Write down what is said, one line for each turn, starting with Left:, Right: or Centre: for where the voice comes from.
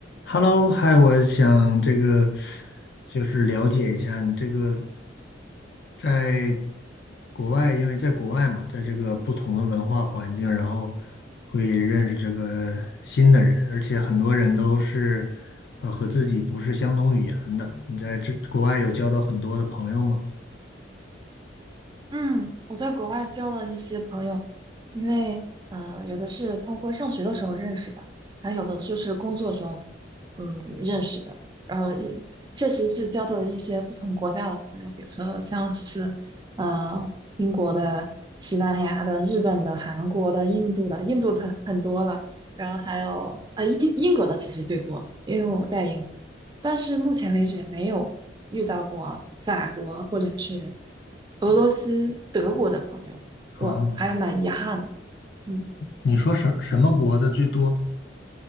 Left: Hello，嗨，我想这个就是了解一下你这个在国外，因为在国外嘛，在这个不同的文化环境，然后会认识这个新的人，而且很多人都是呃和自己不是相同语言的。你在这国外有交到很多的朋友吗？
Right: 嗯，我在国外交了一些朋友，因为呃，有的是通过上学的时候认识的，还有的就是工作中嗯认识的，然后也确实是交到了一些不同国家的朋友，比如说像是呃英国的、西班牙的、日本的、韩国的、印度的，印度的很多了，然后还有呃英英国的其实最多，因为我在英国，但是目前为止没有遇到过法国或者是。俄罗斯、德国的朋友，
Left: 啊，
Right: 我还蛮遗憾的嗯
Left: 你说什什么国的最多？